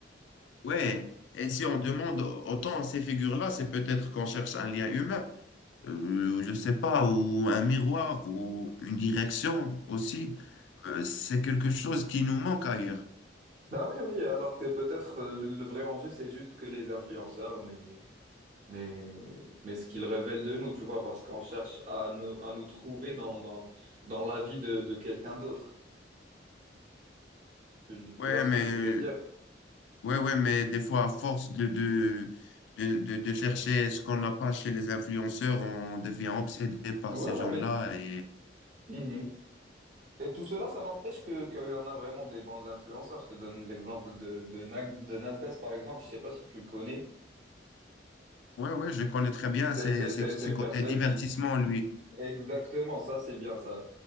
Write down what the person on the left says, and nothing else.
Ouais, et si on demande autant à ces figures-là, c'est peut-être qu'on cherche un lien humain, euh, je sais pas, ou un miroir, ou une direction aussi. Euh, c'est quelque chose qui nous manque ailleurs.
Ouais,
mais
Ouais, ouais, mais des fois, à force de, de, de, de, de chercher ce qu'on n'a pas chez les influenceurs, on devient obsédé par
ces
gens-là.
Et
ouais, ouais, je connais très bien
ces,
ces,
ces
côtés
divertissement,
lui.